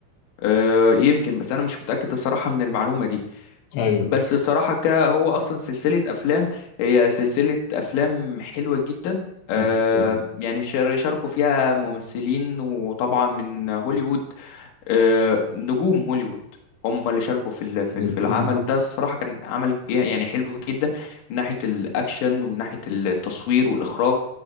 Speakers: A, on the left; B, on the left.
A: آه يمكن بس انا مش متاكد الصراحه من المعلومه دي
B: ايوه
A: بس الصراحه ك هو اصلا سلسله افلام هي سلسله افلام حلوه جدا آه
B: ب-
A: يعني شار- شاركوا فيها ممثلين وطبعا من هوليوود آه، نجوم هوليوود هم اللي شاركوا في ال- في
B: ب-
A: ال- في العمل ده الصراحة كان عمل جا- يعني حلو جدا من ناحية الأكشن ومن ناحية التصوير والإخراج